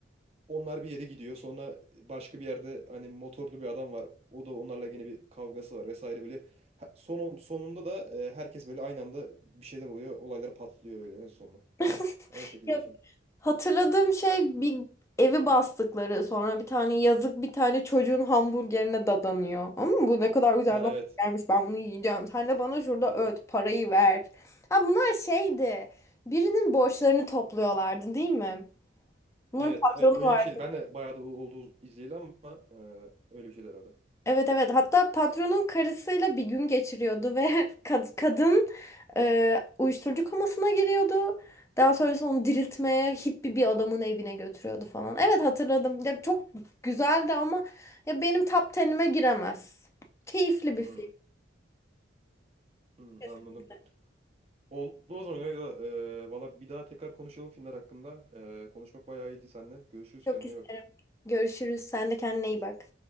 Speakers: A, on the right (about 35°); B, on the left (about 15°).
A: onlar bir yere gidiyor. Sonra başka bir yerde hani motorlu bir adam var. O da onlarla yine bir kavgası var vesaire böyle. Ha- Son, sonunda da e, herkes böyle aynı anda bir şeyler oluyor. Olaylar patlıyor böyle en sonunda.
B: <laughs>
A: O şekilde
B: Ya
A: bir film.
B: Hatırladığım şey bir evi bastıkları sonra bir tane yazık bir tane çocuğun hamburgerine dadanıyor. Ama bu ne kadar güzel
A: Ha
B: bir
A: evet.
B: hamburgermiş ben bunu yiyeceğim. Sen de bana şurada öt parayı ver. Ha bunlar şeydi birinin borçlarını topluyorlardı değil mi? Bunların
A: Evet
B: patronu
A: evet öyle
B: vardı.
A: bir şeydi. Ben de bayağı da oldu izleyeli ama e, öyle bir şeydi herhalde.
B: Evet evet hatta patronun karısıyla bir gün geçiriyordu ve <laughs> kad- kadın e, uyuşturucu komasına giriyordu. Daha sonrasında onu diriltmeye hippie bir adamın evine götürüyordu falan. Evet hatırladım. Ya çok güzeldi ama ya benim top 10'ime giremez. Keyifli bir
A: Hmm.
B: film
A: Hmm,
B: kesinlikle.
A: anladım. Oldu o zaman Leyla. Ee, valla bir daha tekrar konuşalım filmler hakkında. Ee, konuşmak bayağı iyiydi seninle. Görüşürüz
B: Çok
A: kendine
B: isterim.
A: iyi bak.
B: Görüşürüz. Sen de kendine iyi bak.